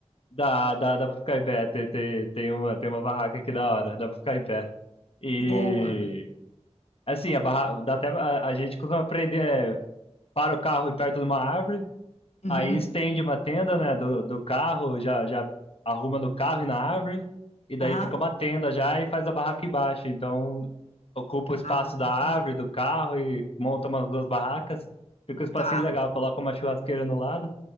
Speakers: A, on the left; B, on the left.
A: Dá, dá, dá pra ficar em pé. Tem, tem, tem uma, tem uma barraca aqui da hora. Dá pra ficar em pé. E
B: Boa.
A: assim, a barra... dá até a, a gente costuma aprender, é, para o carro perto de uma árvore,
B: Uhum.
A: aí estende uma tenda, né, do, do carro, já já arruma no carro e na árvore, e daí
B: Aham.
A: fica uma tenda já e faz a barraca embaixo. Então, ocupa o espaço
B: Ah,
A: da árvore, do carro e monta umas duas barracas. Fica um espacinho
B: tá.
A: legal, coloca uma churrasqueira no lado